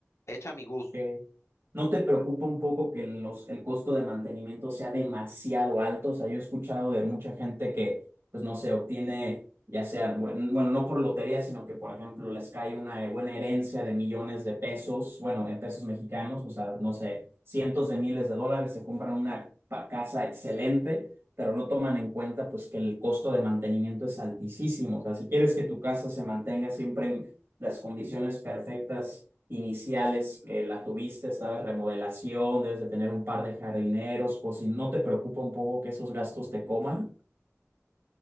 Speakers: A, on the left; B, on the right.
A: hecha a mi gusto.
B: Ok. ¿No te preocupa un poco que los, el costo de mantenimiento sea demasiado alto? O sea, yo he escuchado de mucha gente que, pues no sé, obtiene, ya sea, bueno, bueno, no por lotería, sino que, por ejemplo, les cae una buena herencia de millones de pesos, bueno, en pesos mexicanos, o sea, no sé, cientos de miles de dólares, se compran una pa- casa excelente, pero no toman en cuenta, pues, que el costo de mantenimiento es altísimo. O sea, si quieres que tu casa se mantenga siempre en las condiciones perfectas, iniciales que la tuviste, sabes, remodelación, debes de tener un par de jardineros, o si no te preocupa un poco que esos gastos te coman,